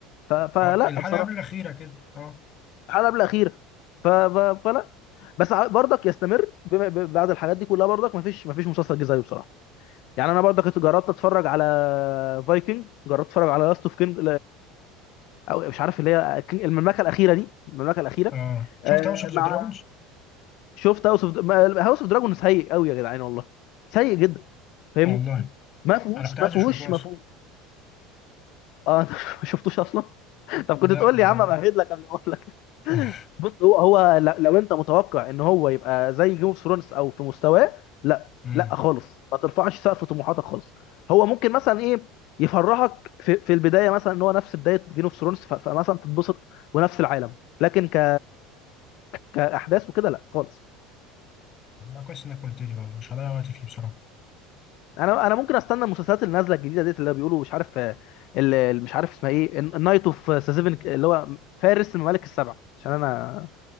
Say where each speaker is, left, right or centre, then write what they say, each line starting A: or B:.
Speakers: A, on the left; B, on the left.
A: ف... فلا
B: اه الحلقه
A: بصراحه
B: قبل الاخيره كده اه
A: الحلقه قبل الاخيره ف... ف... فلا بس ع- برضك يستمر بما... ب... بعد الحاجات دي كلها برضك ما فيش ما فيش مسلسل جه زيه بصراحه يعني انا برضك جربت اتفرج على فايكنج جربت اتفرج على لاست اوف كينج او مش عارف اللي هي المملكه الاخيره دي المملكه الاخيره
B: اه
A: آه
B: شفت هاوس اوف ذا
A: مع
B: دراجونز
A: شفت هاوس اوف هاوس اوف دراجون سيء قوي يا جدعان والله سيء جدا فاهمني
B: والله
A: ما فيهوش
B: انا كنت عايز
A: ما فيهوش
B: اشوفه اصلا
A: ما فيهوش اه <laughs> انت ما شفتوش اصلا طب
B: لا
A: كنت تقول لي
B: ب...
A: يا عم امهد لك قبل ما اقول لك
B: <laughs>
A: <laughs> بص هو هو ل- لو انت متوقع ان هو يبقى زي جيم اوف ثرونز او في مستواه لا
B: امم
A: لا خالص ما ترفعش سقف طموحاتك خالص هو ممكن مثلا ايه يفرحك في, في البدايه مثلا ان هو نفس بدايه جيم اوف ثرونز فمثلا تتبسط ونفس العالم لكن ك كاحداث وكده لا خالص
B: لا كويس انك قلت لي بقى مش هضيع وقتي فيه بصراحه
A: انا انا ممكن استنى المسلسلات اللي نازله الجديده ديت اللي بيقولوا مش عارف آه، اللي مش عارف اسمها ايه النايت اوف سيفن اللي هو فارس الممالك السبع عشان انا